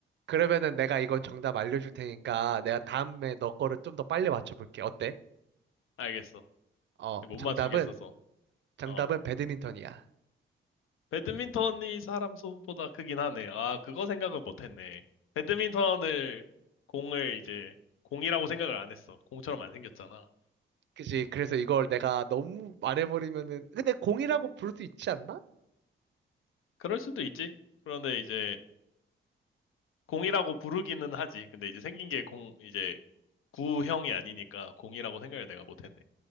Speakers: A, on the right; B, on the left.
A: 그러면은 내가 이건 정답 알려줄 테니까 내가 다음에 너 거를 좀 더 빨리 맞춰볼게. 어때?
B: 알겠어.
A: 어,
B: 못
A: 정답은,
B: 맞추겠어서.
A: 정답은
B: 어.
A: 배드민턴이야.
B: 배드민턴이 사람 손보다 크긴 하네. 아, 그거 생각을 못 했네. 배드민턴을 공을 이제 공이라고 생각을 안 했어. 공처럼 안 생겼잖아.
A: 그치. 그래서 이걸 내가 너무 말해버리면은, 근데 공이라고 부를 수 있지 않나?
B: 그럴 수도 있지. 그런데 이제 공이라고 부르기는 하지. 근데 이제 생긴 게 공, 이제 구형이 아니니까 공이라고 생각을 내가 못 했네.